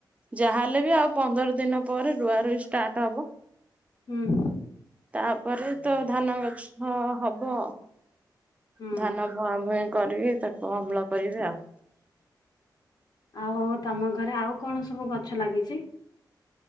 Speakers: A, on the right; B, on the left.
A: ଯାହାହେଲେ ବି ଆଉ ପନ୍ଦର ଦିନ ପରେ ରୁଆ ରୁଇ ଷ୍ଟାର୍ଟ ହବ।
B: ହୁଁ।
A: ତାପରେ ତ ଧାନ ଗଛ ହବ।
B: ହୁଁ
A: ଧାନ ଭଁ ଭଇଁ କରିକି ତାକୁ ଅମ୍ଳ କରିବେ ଆଉ।
B: ଆଉ ତମ ଘରେ ଆଉ କଣ ସବୁ ଗଛ ଲାଗିଛି?